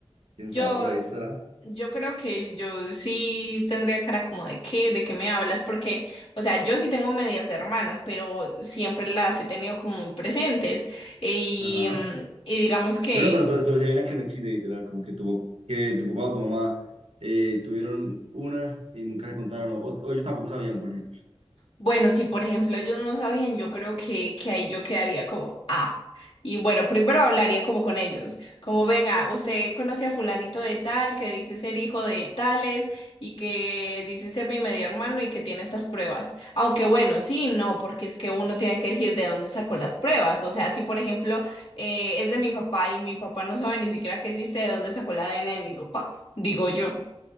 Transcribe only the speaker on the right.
quién
sabe, por ahí estará.
Ajá.
Pero no, pero, pero, pero si hay una que no existe, literal, como que tu, que tu papá o tu mamá eh, tuvieron una y nunca se contaron, o, o ellos tampoco sabían, por ejemplo.